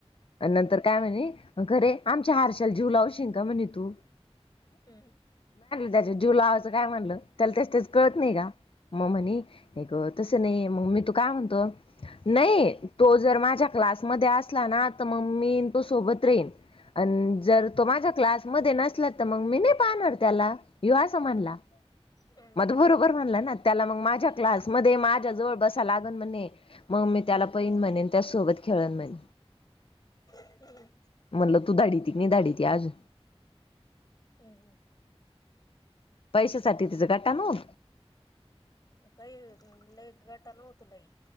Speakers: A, on the left (about 60°); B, on the left (about 35°).
A: आणि नंतर काय म्हणे? खरे आमच्या हार्षाला जीव लावशिन का म्हणे तू?
B: हम्म
A: त्याच्यात जीव लावायचं काय हाय म्हणलं, त्याला तेज तेज कळत नाही का? मग म्हणे, हे ग तसं नाही मग मीतु काय म्हणतो, नाही तो जर माझ्या क्लास मध्ये असला ना तर म मी अन तो सोबत रैन अन जर तो माझ्या क्लासमध्ये नसला तर मग मी नाही पाहणार त्याला. ह्यो अस म्हणला,
B: अ,
A: म तो बरोबर म्हणला ना त्याला मग माझ्या
B: मग
A: क्लासमध्ये माझ ज्या जवळ बसा लागन म्हणे. मग मी त्याला
B: हम्म,
A: पहीन म्हणेन त्या सोबत खेळन म्हणे.
B: हम्म,
A: म्हलं तू धाडी ती मी धाडी ती आज
B: हम्म हम्
A: पैशासाठी तिचा कटा मग
B: काही लय गाटा नव्हतो लय